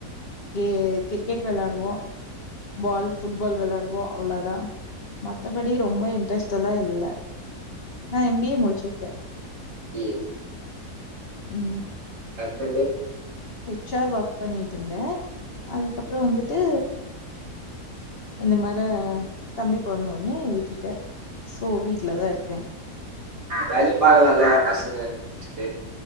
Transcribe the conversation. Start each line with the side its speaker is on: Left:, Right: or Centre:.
Left: கே கிரிக்கெட் விளையாடுவோ பால் ஃபுட் பால் விளாடுவோ அவ்ளதா மத்தபடி ரொம்ப இன்ட்ரெஸ்ட்லா இல்ல நா எம்பிஏ முடிச்சிருக்கே
Right: பிஏ
Left: ம்
Right: கட்பண்டு
Left: ஹெச்ஆர் ஒர்க் பண்ணிட்டுந்தே அதுக்கப்புறோ வந்துட்டு இந்த மார தம்பி பொறந்தோன்னே விட்டுட்ட சோ வீட்லதா இருக்கே
Right: வேலையே பாக்கலால்ல பசங்க விட்டுட்டு